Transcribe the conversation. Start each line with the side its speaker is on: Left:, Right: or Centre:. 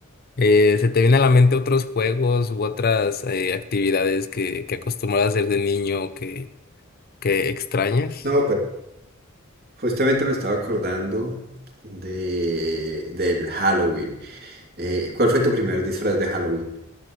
Left: Eh, ¿se te viene a la mente otros juegos u otras eh, actividades que, que acostumbras a hacer de niño que, que extrañas?
Right: No, pues justamente me estaba acordando de del Halloween. Eh, ¿cuál fue tu primer disfraz de Halloween?